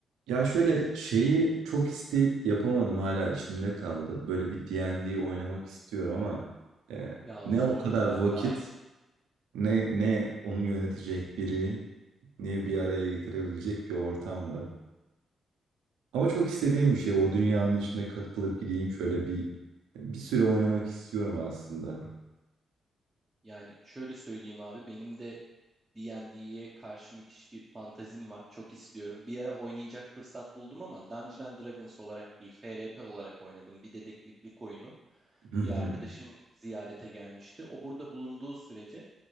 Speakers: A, on the right (about 85°); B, on the right (about 20°).
A: Ya şöyle şeyi çok isteyip yapamadım hala içimde kaldı. Böyle bir D&D oynamak istiyorum ama e,
B: Ya
A: ne
B: sorma
A: o kadar vakit
B: ben de aynı.
A: ne ne onu yönetecek biri ne bir araya getirebilecek bir ortam var. Ama çok istediğim
B: Katılıyorum.
A: bir şey o dünyanın içine katılıp gideyim şöyle bir bir süre oynamak istiyorum aslında.
B: Yani şöyle söyleyeyim abi benim de D&D'ye karşı müthiş bir fantazim var. Çok istiyorum. Bir ara oynayacak fırsat buldum ama Dungeons and Dragons olarak değil, FRP olarak oynadım. Bir dedektiflik oyunu.
A: Hı hı.
B: Bir arkadaşım ziyarete gelmişti. O burada bulunduğu sürece